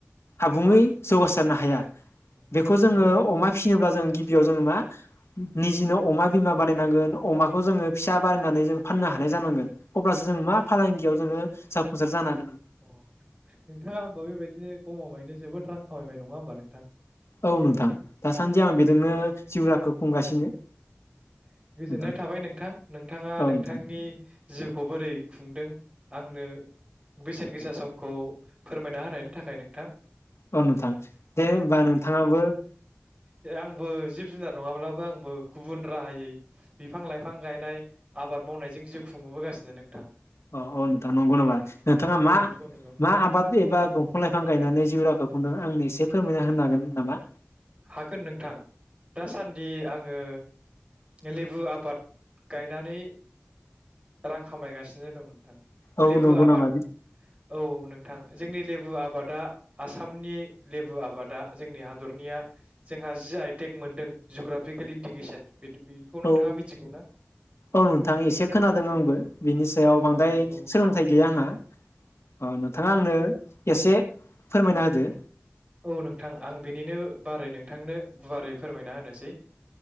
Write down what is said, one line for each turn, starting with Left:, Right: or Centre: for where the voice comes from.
Left: आबुङै जौगासारनो हाया।
Right: अ
Left: बेखौ
Right: नंगौ
Left: जोङो
Right: नंगौ
Left: अमा फिसिनोब्ला जों गि गिबियाव जोङो मा निजिनो अमा बिमा बानायनांगोन अमाखौ जोङो फिसा बानायनानै जों फाननो हानाय जानांगोन। अब्लासो जों मा फालांगि बियाव जोङो साफुंसार जानांग
Right: अ नोंथाङा होमबा बेबायदिनो गमामायैनो जोबोद रां खामायबाय नङा होमबा नों थां
Left: औ नोंथां दासान्दि आं बेजोंनो जिउराखौ। खुंगासिनो।
Right: औ गोजोननाय
Left: नोंथां
Right: थाबाय नोंथां नोंथाङा
Left: औ
Right: नोंथांनि
Left: नोंथां
Right: जिउखौ बोरै खुंदों। आंनो बेसेन गोसा समखौ फोरमायना होनायनि थाखाय नोंथां।
Left: औ नोंथां दे होमबा नोंथाङाबो।
Right: ए आंबो जिब जुनार नङाब्लाबो आंबो गुबुन राहायै बिफां लाइफां गायनाय आबाद मावनायजों जिउ खुंबोबोगासिनो नोंथां।
Left: औ औ नोंथां नंगौ नामा नोंथाङा
Right: औ
Left: मा-मा
Right: नंगौ नंगौ
Left: आबाद एबा दंफां लाइफां गायनानै जिउ राखौ। हमदों आंनो एसे फोरमायना होनो हागोन नामा।
Right: हागोन नोंथां दासान्दि आङो लेबु आबाद गायनानै रां खामायगासिनो दं नोंथां।
Left: औ
Right: लेबु
Left: नंगौ
Right: आबाद
Left: नामा
Right: औ नों थां जोंनि लेबु आबादा आसामनि लेबु आबादा जोंनि हा हादरनिया जोंहा जि आइ टेक मोनदों जुग्राफिकेिल इन्डिकेसन बेखौ नोंथाङा
Left: औ
Right: मिथिगौ ना
Left: औ नोंथां एसे खोनादों आंबो बेनि सायाव
Right: औ
Left: बांद्राय
Right: औ नंगौ
Left: सोलोंथाइ
Right: नोंथां
Left: गैया आंहा औ नोंथाङा आंनो एसे फोरमायना होदो
Right: औ नोंथां आं बेनिनो बारै नोंथांनो गुवारै फोरमायना होनोसै